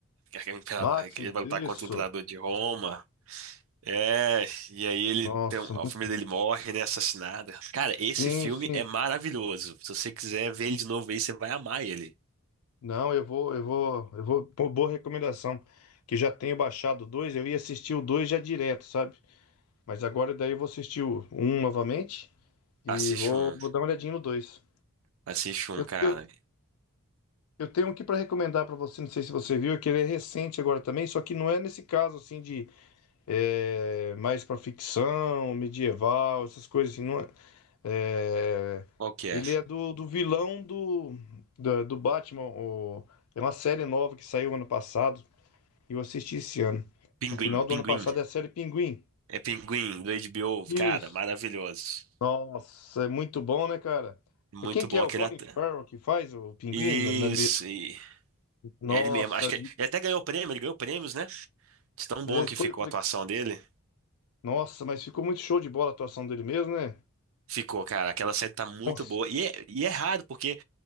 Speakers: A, on the right; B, on the left.
A: é um Imperador-
B: Máximo,
A: Ele vai lutar
B: isso.
A: contra o imperador de Roma. É, e aí ele
B: Nossa,
A: tem, um-
B: muito-
A: a família dele morre, né, assassinada. Cara, esse
B: sim,
A: filme
B: sim.
A: é maravilhoso. Se você quiser ver ele de novo aí, você vai amar ele.
B: Não, eu vou, eu vou, eu vou. pô, Boa recomendação. Que já tenho baixado o dois. Eu ia assistir o dois já direto, sabe? Mas agora daí eu vou assistir o um novamente. E
A: Assiste
B: vou,
A: um,
B: vou dar uma olhadinha no dois
A: assiste um,
B: Eu,
A: cara.
B: eu, eu tenho aqui para recomendar para você, não sei se você viu, é que ele é recente agora também, só que não é nesse caso assim de é, mais para ficção, medieval, essas coisas assim, não é. É,
A: Qual que
B: ele
A: é?
B: é do, do vilão do, da- do, Batman, o- é uma série nova que saiu ano passado e eu assisti esse ano.
A: Pinguim,
B: No final do
A: Pinguim.
B: ano passado é a série Pinguim.
A: É Pinguim, do HBO.
B: Isso.
A: Cara, maravilhoso.
B: Nossa, é muito bom, né, cara?
A: Muito
B: Quem que
A: bom
B: é? O
A: aquele
B: Colin
A: ator.
B: Farrell que faz o Pinguim
A: Isso,
B: na, na
A: e
B: Nossa,
A: é ele mesmo. Acho que ele até ganhou prêmio, ele ganhou prêmios, né? De tão
B: é,
A: bom que
B: foi,
A: ficou a atuação dele.
B: nossa, mas ficou muito show de bola a atuação dele mesmo, né?
A: Ficou, cara. Aquela série tá muito
B: Nossa.
A: boa. E é, e é raro, porque